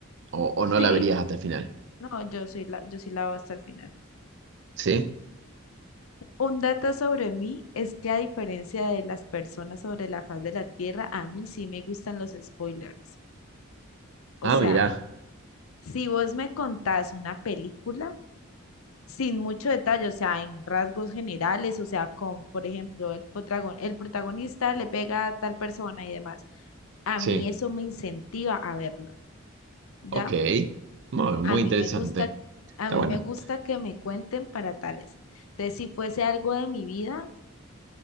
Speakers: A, on the right; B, on the left.
A: ¿O, o no
B: sí,
A: la verías hasta el final?
B: no, yo soy la, yo sí la voy hasta el final.
A: ¿Sí?
B: Un dato sobre mí es que a diferencia de las personas sobre la faz de la Tierra, a mí sí me gustan los spoilers. O
A: Ah,
B: sea,
A: mira.
B: Si vos me contás una película sin mucho detalle, o sea, en rasgos generales, o sea, con, por ejemplo, el potragon- el protagonista le pega a tal persona y demás, a
A: Sí.
B: mí eso me incentiva a verla, ¿ya?
A: Ok. Muy, muy
B: A mí
A: interesante.
B: me gusta, a
A: Está
B: mí
A: bueno.
B: me gusta que me cuenten para tales. Entonces, si fuese algo de mi vida,